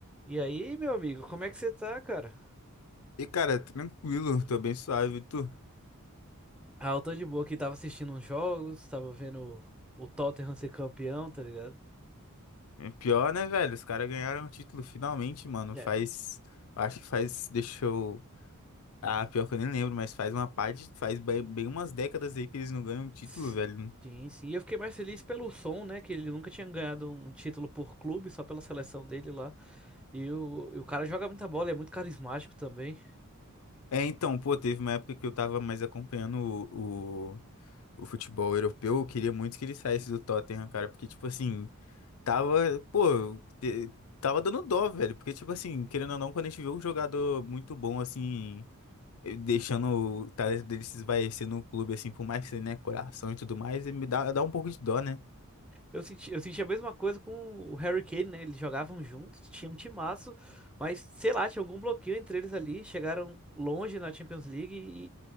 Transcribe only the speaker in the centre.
E aí, meu amigo, como é que você tá, cara?
Ah, eu tô de boa aqui, tava assistindo uns jogos, tava vendo o Tottenham ser campeão, tá ligado?
É.
s-
Sim, sim. E eu fiquei mais feliz pelo som, né? Que ele nunca tinha ganhado um título por clube, só pela seleção dele lá. E o, e o cara joga muita bola, é muito carismático também.
Eu senti, eu senti a mesma coisa com o Harry Kane, né? Eles jogavam juntos, tinha um timaço, mas sei lá, tinha algum bloqueio entre eles ali. Chegaram longe na Champions League e,